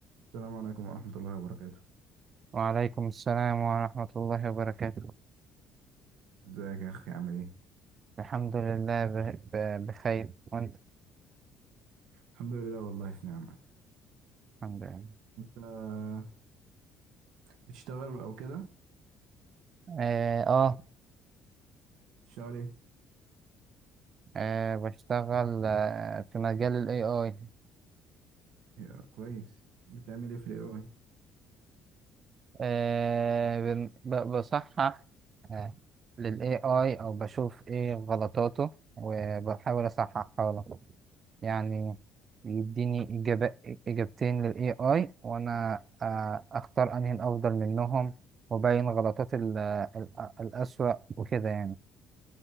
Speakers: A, on the right; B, on the right.
A: السلام عليكم ورحمة الله وبركاته
B: وعليكم السلام ورحمة الله وبركاته
A: ازيك يا اخي عامل ايه
B: الحمد لله ب- ب- بخير وانت
A: الحمد لله والله في نعمة
B: الحمد لله
A: آه بتشتغل او كده
B: اه, آه,
A: بتشتغل ايه
B: آه بشتغل آه في مجال ال AI
A: يا كويس بتعمل ايه في الاي اي
B: آه بن- ب- بصحح آه لل AI او بشوف ايه غلطاته وبحاول اصححها له يعني يديني إجابة إجابتين لل AI وانا آه اختار انهي الافضل منهم وبين غلطات ال- ال- الأسوأ وكده يعني